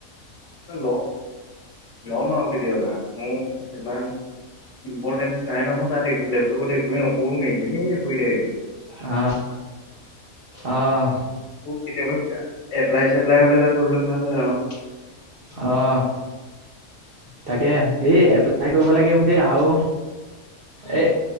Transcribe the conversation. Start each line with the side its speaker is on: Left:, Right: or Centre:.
Left: ল ল'ম আৰু কেতিয়াবা ইমান ইম্পৰ্টেঞ্চ নাই ন মই তাত একো নকৰোৱে এনেই পৰি থাকে
Right: অহ অহ
Left: মোক কেতিয়াবা বা এপ্লাই চেপ্লাই হলে তাত গলে ভাল হয় আৰু
Right: অহ তাকে এই এ এপ্লাই কৰিব লাগে বুলি আৰু এ